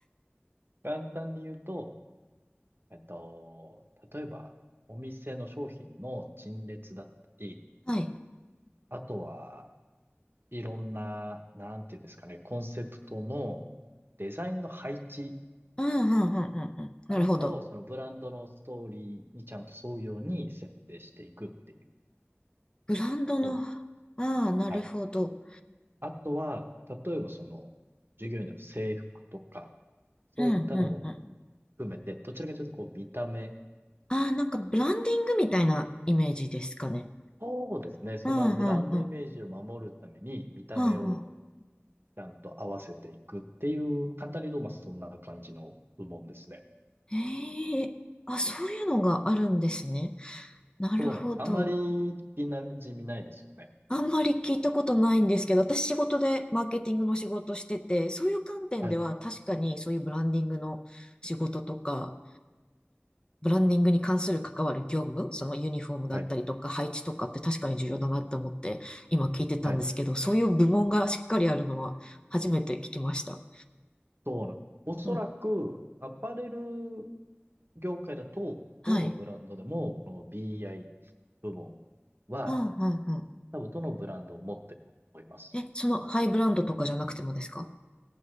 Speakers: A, on the right (about 55°); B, on the left (about 20°).
A: 簡単に言うと、えっと、例えば、お店の商品の陳列だったり、
B: はい。
A: あとは、いろんな、なんていうんですかね、コンセプトのデザインの配置、
B: うん、うん、うん、うん。うんなるほど。
A: 何かをそのブランドのストーリーにちゃんと沿うように設定していくっていう、
B: ブランドの、
A: そんな。
B: ああ、なるほど。
A: はい。あとは、例えばその、従業員の制服とか、そういったのも
B: うん、うん、うん。あ
A: 含めて、どちらかというとこう見た目、
B: あ、なんかブランディングみたいなイメージですかね。
A: そうですね、そのブランドイメージを守るために見た目を
B: うん、うん、うん。うんう
A: ちゃんと合わせていくっていう、簡単に言うとまあそんな感じの部門ですね。
B: ん、ええあ、そういうのがあるんですね。なるほど。
A: そうなんです。あんまり聞きなじみないですよね。
B: あんまり聞いたことないんですけど、私仕事でマーケティングの仕事してて、そういう観点では確かにそういうブランディングの仕事とか、
A: はい、
B: ブランディングに関する関わる業務、そのユニフォームだったりとか配置とかって確かに重要だなって思って今聞いてたんですけど、
A: はい、はい。
B: そういう部門がしっかりあるのは初めて聞きました。
A: そうなんです。おそらく、
B: うん。
A: アパレル業界だと、
B: はい。
A: どのブランドでも、この BI 部門は、
B: うんうんう
A: 多分どのブランドを持ってると思います。
B: ん。え、そのハイブランドとかじゃなくてもですか